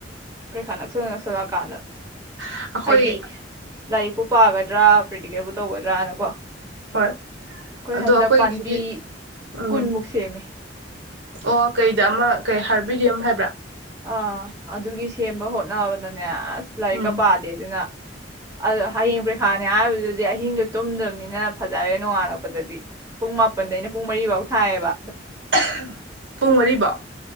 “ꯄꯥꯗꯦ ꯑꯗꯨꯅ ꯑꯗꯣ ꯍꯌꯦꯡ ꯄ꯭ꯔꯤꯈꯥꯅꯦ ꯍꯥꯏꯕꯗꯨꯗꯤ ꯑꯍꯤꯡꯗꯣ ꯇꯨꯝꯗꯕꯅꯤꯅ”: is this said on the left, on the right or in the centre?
Right